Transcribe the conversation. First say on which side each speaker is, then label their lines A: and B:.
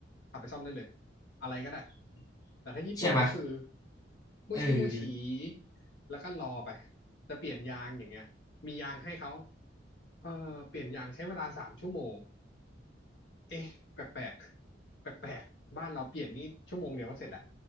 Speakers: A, on the left; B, on the left.
A: ขับไปซ่อมได้เลยอะไรก็ได้แต่ถ้าญี่ปุ่นนี่คือ
B: ใช่ไหม
A: โมชิโมชิ
B: เออ
A: แล้วก็รอไปจะเปลี่ยนยางอย่างเงี้ยมียางให้เขาเออเปลี่ยนยางใช้เวลาสามชั่วโมงเอ๊ะแปลกแปลกแปลกแปลกๆบ้านเราเปลี่ยนนี่ชั่วโมงเดียวก็เสร็จแล้ว